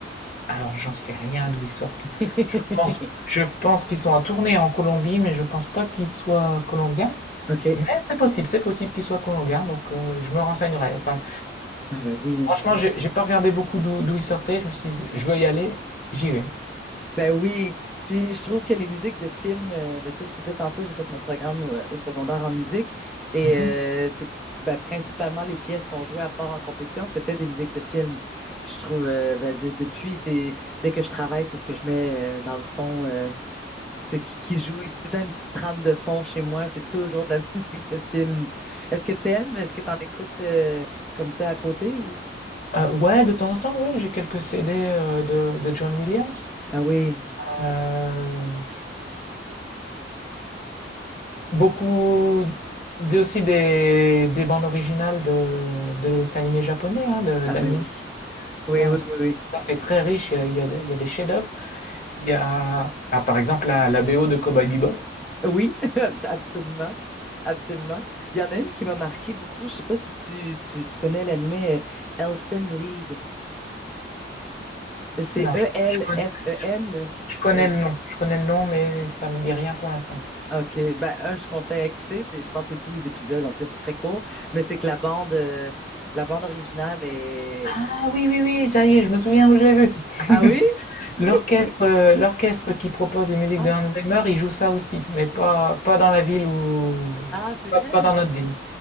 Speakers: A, on the left; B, in the centre.
A: Alors, j'en sais rien d'où ils sortent.
B: <laughs>
A: Je pense, je pense qu'ils sont en tournée en Colombie, mais je pense pas qu'ils soient colombiens.
B: OK.
A: Mais c'est possible, c'est possible qu'ils soient colombiens, donc euh, je me renseignerai. Enfin,
B: Ah ben oui.
A: franchement, j'ai j'ai pas regardé beaucoup d'où d'où ils sortaient. Je me suis dit, je veux y aller, j'y vais.
B: Ben oui, puis je trouve que les musiques de films, euh, ben, tu sais, je te disais tantôt, j'ai fait mon programme au, au secondaire en musique et
A: Mhm.
B: euh, c'est ben, principalement les pièces qu'on jouait à part en compétition, c'était des musiques de films. Puis je trouve, euh, ben, de- depuis, c'est dès que je travaille, c'est ce que je mets euh, dans le fond, euh, tu sais, qui, qui joue. C'est tout le temps une petite trame de fond chez moi, c'est toujours de la <laughs> musique de film. Est-ce que t'aimes? Est-ce que t'en écoutes euh, comme ça à côté ou?
A: Euh, ouais, de temps en temps, ouais, j'ai quelques CD euh, de, de John Williams.
B: Ah oui,
A: Euh, beaucoup d- aussi des, des bandes originales de, de dessins animés japonais, hein, de-
B: ah
A: d'animés.
B: ben oui, oui,
A: Non,
B: oui,
A: ça,
B: oui, oui.
A: ça, c'est très riche, il y a, il y a des il y a des chefs-d'œuvre. Il y a, ah, par exemple, la, la BO de Cowboy Bebop.
B: Oui, <laughs> absolument. Absolument. Il y en a une qui m'a marqué beaucoup. Je sais pas si tu, tu, tu connais l'animé euh, Elfen Lied. C'est
A: Non,
B: E-L-F-E-N.
A: je, je connais, je connais
B: euh,
A: le nom, je connais le nom, mais ça me dit rien pour l'instant.
B: OK. Ben, un, je conseille à écouter. C'est, je pense que c'est 12 épisodes. En tout cas, c'est très court. Mais c'est que la bande, euh, la bande originale est.
A: Ah oui, oui, oui, ça y est, je me souviens où je l'ai vu.
B: Ah oui?
A: <laughs> L'orchestre,
B: Oui?
A: euh, l'orchestre qui propose les musiques
B: Ah,
A: de Hans Zimmer, il joue ça aussi, mais pas, pas dans la ville où,
B: ah, c'est vrai?
A: pas, pas dans notre ville.